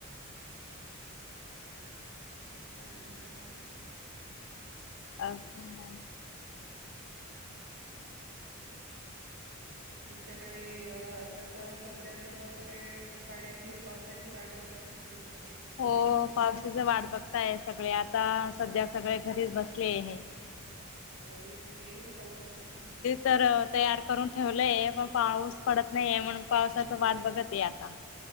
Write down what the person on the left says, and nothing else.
असं मॅ
हो पावसांची वांट बघतांय सगळें आतां संध्या सगळें घरीचं बसले आहेत <unintelligible>
तरं तयार करूंन ठेवलंय पणं पाऊस पडतं नाहीये म्हणूंन पावसांची वांट बघतं आहे आतां